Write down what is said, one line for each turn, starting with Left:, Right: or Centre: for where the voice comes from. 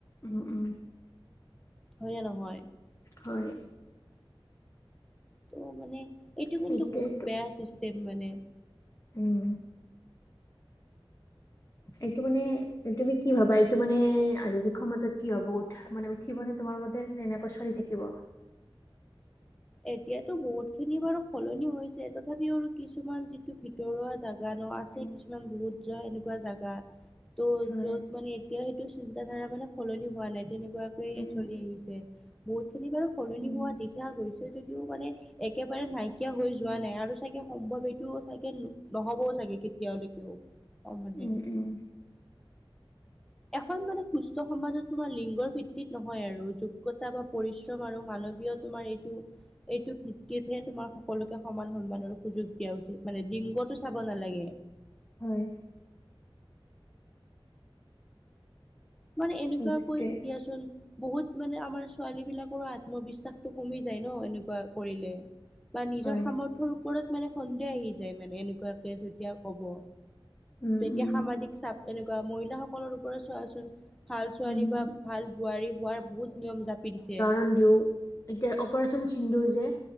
Left: উম, উম।
Centre: হয়নে নহয়?
Left: হয়।
Centre: ত' মানে এইটো কিন্তু
Left: সেইটোৱেতো,
Centre: বহুত বেয়া চিষ্টেম মানে।
Left: উম। এইটো মানে তুমি কি ভাবা এইটো মানে <unintelligible> দিখৰ মাজত কি হ'ব উঠাহ মানে উঠিবনে তোমাৰ মতে এনেকৈ চলি থাকিব।
Centre: এতিয়াতো বহুত খিনি বাৰু সলনি হৈছে তথাপিও আৰু কিছুমান যিটো ভিতৰুৱা জাগা ন আ আছে
Left: উম,
Centre: কিছুমান বহুত য এনেকুৱা জোগা ত'
Left: হয়।
Centre: য'ত মানে এতিয়া সেইটো চিন্ত ধাৰা মানে সলনি হোৱা নাই তেনেকুৱাকৈয়ে
Left: উম
Centre: চলি আহিছে। বহুতখিনি বাৰু সলনি
Left: উম
Centre: হোৱা দেখা গৈছে যদিও মানে একেবাৰে নাইকিয়া হৈ যোৱা নাই আৰু চাগে সম্ভৱ এইটো চাগে নহবও চাগে কেতিয়ালৈকেও। অ' মানে।
Left: উম উম
Centre: এখন মানে সুস্থ সমাজত তোমাৰ লিংগৰ ভিত্তিত নহয় আৰু যোগ্য়তা বা পৰিশ্ৰম আৰু মানৱীয় তোমাৰ এইটো এইটো ভিত্তিতহে তোমাৰ সকলোকে সমান সন্মানৰ সুযোগ দিয়া উচিত মানে লিংগতটো চাব নালাগে।
Left: হয়।
Centre: মানে এনেকুৱা
Left: সেইটোৱে
Centre: কৈ দিয়াচোন বহুত মানে আমাৰ ছোৱালী বিলাকৰো আত্মবিশ্বাসটো কমি যায় ন' এনেকুৱা কৰিলে। বা নিজৰ
Left: হয়
Centre: সামৰ্থৰ ওপৰত মানে সন্দেহ আহি যায় মানে এনেকুৱাকে যেতিয়া ক'ব।
Left: উম
Centre: তেতিয়া
Left: উম
Centre: সামাজিক চাপ এনেকুৱা মহিলাসকলৰ ওপৰত চোৱাচোন ভাল ছোৱালী
Left: উম
Centre: বা ভাল বোৱাৰী হোৱাৰ বহুত নিয়ম জাপি দিছে।
Left: অণ্ডউ এতিয়া অপাৰেচন সিন্ধুৰ যে